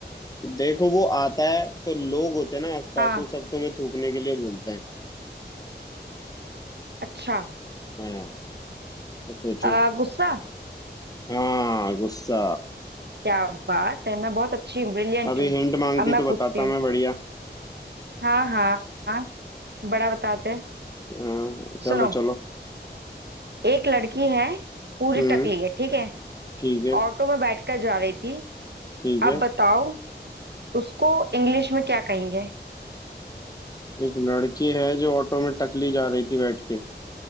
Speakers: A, on the left (about 20°); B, on the right (about 70°).
A: देखो वो आता है तो लोग होते हैं ना आसपास
B: हाँ
A: वो सब तुम्हें थूकने के लिए बोलते हैं
B: अच्छा
A: हाँ अब सोचो
B: आ, गुस्सा
A: हाँ गुस्सा
B: क्या बात है मैं बहुत अच्छी ब्रिलियंट
A: अभी
B: हूँ
A: हिंट मांगती
B: अब मैं
A: तो बताता
B: पूछती हूँ
A: मैं बढ़िया
B: हाँ हाँ हाँ बड़ा बताते
A: हाँ, चलो
B: सुनो
A: चलो
B: एक लड़की है पूरी
A: हम्म
B: टकली है ठीक है
A: ठीक है
B: ऑटो में बैठकर जा रही थी
A: ठीक है
B: अब बताओ उसको इंग्लिश में क्या कहेंगे
A: एक लड़की है जो ऑटो में टकली जा रही थी बैठ के